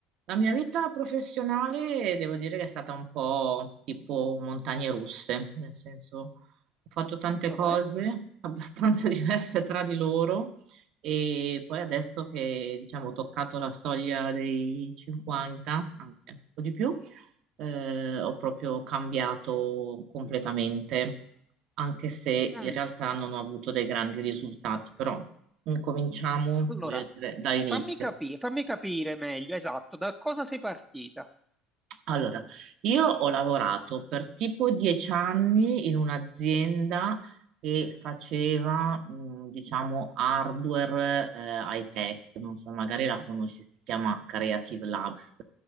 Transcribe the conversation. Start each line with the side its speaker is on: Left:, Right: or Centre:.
Right: La mia vita professionale devo dire che è stata un po' tipo montagne russe, nel senso ho fatto tante
Centre: Lo
Right: cose
Centre: è?
Right: abbastanza <laughs> diverse tra di loro e poi adesso che diciamo ho toccato la soglia dei 50, anzi anche un po' di più, eh, ho proprio cambiato completamente, anche se
Centre: Mm,
Right: in realtà non ho avuto dei grandi risultati, però incominciamo,
Centre: Allora,
Right: voglio dire, dall'inizio.
Centre: fammi capire, fammi capire meglio, esatto, da cosa sei partita?
Right: Allora, io ho lavorato per tipo dieci anni in un'azienda che faceva, mh, diciamo, hardware, eh, high-tech, non so, magari la conosci, si chiama Creative Labs,